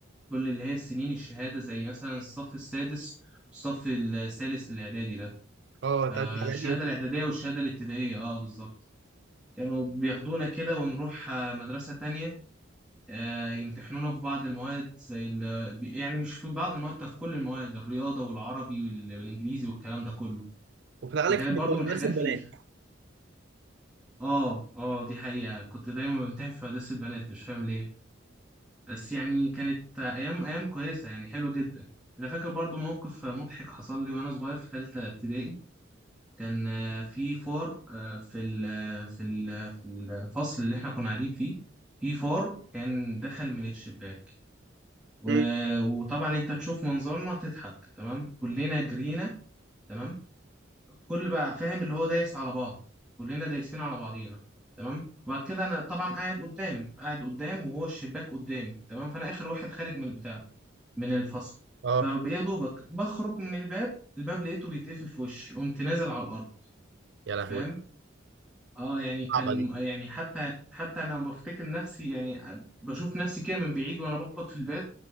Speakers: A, in the centre; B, on the right.
A: كل اللي هي السنين الشهادة زي مثلا الصف السادس والصف الثالث الإعدادي ده
B: اه
A: آه
B: تلات حاجات
A: الشهادة
B: دي وفي
A: الإعدادية والشهادة الابتدائية اه بالظبط كانوا بياخدونا كده ونروح آه، مدرسة تانية آه، يمتحنونا في بعض المواد زي ال... بي- يعني مش في بعض المواد ده في كل المواد الرياضة والعربي وال... والإنجليزي والكلام ده كله
B: وفي الأغلب
A: فكانت
B: كانت بتبقى
A: برضو من الحاجات
B: مناسب بنات
A: ال... آه آه دي حقيقة كنت دايما بمتحن في هندسة البنات مش فاهم ليه بس يعني كانت أيام أيام كويسة يعني حلوة جدا أنا فاكر برضو موقف مضحك حصل لي وأنا صغير في تالتة ابتدائي كان آه، في فار آه، في ال... في ال... في الفصل اللي إحنا كنا قاعدين فيه في فار كان دخل من الشباك و-
B: مم.
A: وطبعا انت تشوف منظرنا تضحك تمام كلنا جرينا تمام كل بقى فاهم اللي هو دايس على بعضه كلنا دايسين على بعضينا تمام وبعد كده انا طبعا قاعد قدام قاعد قدام وهو الشباك قدامي تمام فانا اخر واحد خارج من البتاع من الفصل
B: اه
A: فيا دوبك بخرج من الباب الباب لقيته بيتقفل في وشي قمت نازل على الارض
B: يا لهوي
A: فاهم اه يعني كان
B: صعبة دي
A: يعني حتى حتى انا بفتكر نفسي يعني بشوف نفسي كده من بعيد وانا بخبط في الباب